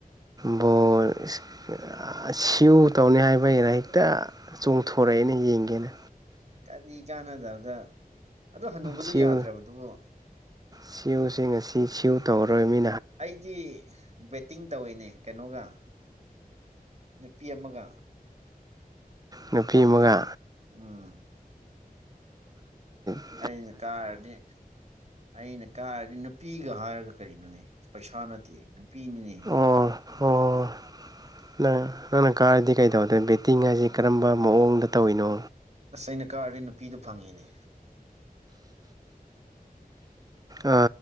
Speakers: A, on the right; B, on the right.
A: ꯕꯣꯔ ꯁꯤꯎ ꯇꯧꯅꯤ ꯍꯥꯏꯕꯩꯔꯌꯦ ꯑꯩꯅ ꯍꯦꯛꯇ ꯆꯣꯡꯊꯣꯔꯛꯑꯦꯅꯦ ꯌꯦꯡꯒꯦꯅ
B: ꯀꯗꯤ ꯀꯥꯟꯅꯗꯕꯗ ꯑꯗꯣ ꯍꯅꯨꯕꯗꯨ
A: ꯁꯤꯎ
B: ꯌꯥꯗ꯭ꯔꯕꯗꯨꯕꯨ
A: ꯁꯤꯎꯁꯤ ꯉꯁꯤ ꯁꯤꯎ ꯇꯧꯔꯣꯏ ꯃꯤ
B: ꯑꯩꯗꯤ ꯕꯋꯦꯇꯤꯡ ꯇꯧꯋꯦꯅꯦ ꯀꯩꯅꯣꯒ ꯅꯨꯄꯤ ꯑꯃꯒ
A: ꯅꯨꯄꯤ ꯑꯃꯒ
B: ꯎꯝ
A: ꯇ
B: ꯑꯩꯅ ꯀꯥꯔꯗꯤ ꯑꯩꯅ ꯀꯥꯔꯗꯤ ꯅꯨꯄꯤꯒ ꯍꯥꯏꯔꯒ ꯀꯔꯤꯅꯣꯅꯦ ꯄꯩꯁꯥ ꯅꯠꯇꯦ ꯅꯨꯄꯤꯅꯤꯅꯦ
A: ꯑꯣ ꯑꯣ ꯅꯪ ꯅꯪꯅ ꯀꯥꯔꯤꯗꯤ ꯀꯩꯗꯧꯗꯦ ꯕꯦꯠꯇꯤꯡ ꯍꯥꯏꯁꯤ ꯀꯔꯝꯕ ꯃꯑꯣꯡꯗ ꯇꯧꯔꯤꯅꯣ
B: ꯑꯁ ꯑꯩꯅ ꯀꯥꯔꯗꯤ ꯅꯨꯄꯤꯗꯨꯣ ꯐꯪꯉꯦꯅꯦ
A: ꯑ